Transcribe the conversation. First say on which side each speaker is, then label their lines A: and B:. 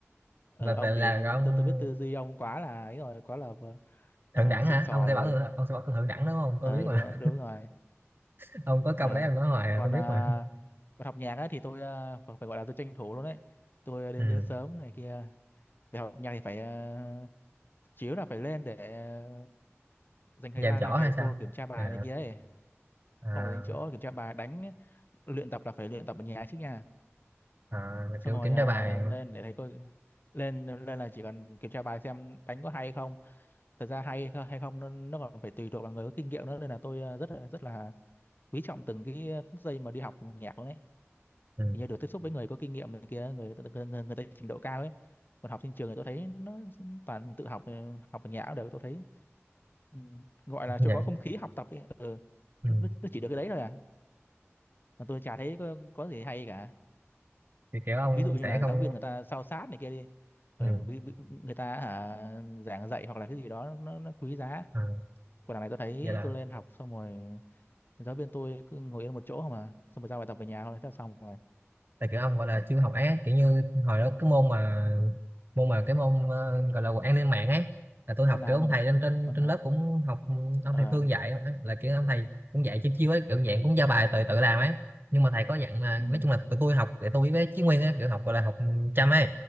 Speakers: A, on the left; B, on the right.
A: ờ,
B: mà
A: ờ, ông
B: là
A: thì ờ,
B: là ông
A: tôi tôi biết tư duy ông quá là ấy rồi quá là ờ, ờ,
B: thượng đẳng
A: xịn
B: hả
A: sò
B: ông sẽ
A: rồi
B: bảo tôi ông sẽ bảo tôi thượng đẳng đúng không
A: ờ
B: tôi biết mà
A: đúng, đúng rồi
B: <laughs> ông có
A: Ờ,
B: câu đấy ông nói hoài à,
A: còn
B: tôi biết
A: à,
B: mà
A: còn học nhạc ấy thì tôi à, phải phải gọi là tôi tranh thủ luôn đấy tôi à, đến
B: ừ.
A: đến sớm này kia để học nhạc thì phải à, chiếu là phải lên để à, dành thời
B: dàn
A: gian
B: trỏ
A: ra thầy
B: hay sao
A: cô kiểm tra bài
B: à,
A: này kia ấy
B: à,
A: không phải dành chỗ kiểm tra bài đánh luyện tập là phải luyện tập ở nhà trước nha
B: à,
A: xong
B: kiểu
A: rồi
B: kiểm
A: à,
B: tra bài
A: lên để thầy cô lên lên là chỉ cần kiểm tra bài xem đánh có hay hay không thật ra hay hay không nó, nó còn phải tùy thuộc vào người có kinh nghiệm nữa nên là tôi à, rất là rất là quý trọng từng cái phút giây mà đi học nhạc luôn đấy
B: ừ.
A: thì như được tiếp xúc với người có kinh nghiệm này kia người người, người, người ta trình độ cao ấy còn học trên trường thì tôi thấy nó toàn tự học ờ, học ở nhà cũng được tôi thấy ừ, gọi là cho
B: dạ,
A: có không khí học tập ấy ừ.
B: ừ.
A: nó, nó chỉ được cái đấy thôi à mà tôi chả thấy có, có gì hay cả
B: kiểu kiểu ông
A: ví dụ như
B: sẽ
A: là
B: không
A: giáo viên người ta sao sát này kia đi ừ,
B: ừ.
A: ví, ví, người ta hả, giảng dạy hoặc là cái gì đó nó, nó quý giá
B: à,
A: còn đằng này tôi thấy
B: vậy là
A: tôi lên học xong rồi giáo viên tôi cứ ngồi yên một chỗ mà xong rồi giao bài tập về nhà thôi thế là xong rồi
B: là kiểu ông gọi là chưa học á kiểu như hồi đó cái môn mà môn mà cái môn ờ, gọi là an ninh mạng ấy là tôi
A: môn
B: học
A: nào
B: kiểu ông
A: mà
B: thầy
A: nói
B: trên trên
A: môn
B: trên
A: nào
B: lớp cũng học ừ, ông
A: ờ
B: thầy Phương dạy á, là kiểu ông thầy cũng dạy chiêu chiêu ấy kiểu dạng cũng giao bài tự tự làm ấy nhưng mà thầy có dặn là
A: ừ.
B: nói chung là tụi tôi học để tôi với Chí Nguyên ấy kiểu học gọi là học chăm ấy